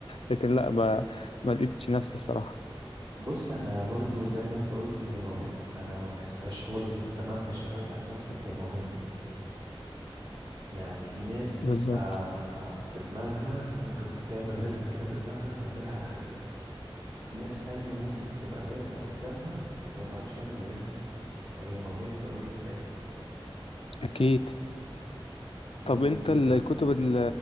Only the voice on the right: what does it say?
بص انا برضو زي ما انت قلت هي موهبة انا ما بحسهاش خالص انت مهما اشتغلت على نفسك هي موهبة يعني في ناس بتبقى
في دماغها ممكن تعمل رسمة كده في دماغها تعملها على الحقيقة في ناس تانية ممكن تبقى الرسمة قدامها وما تعرفش تعمل زيها فهي موهبة في الاول وفي الاخر
ومحمد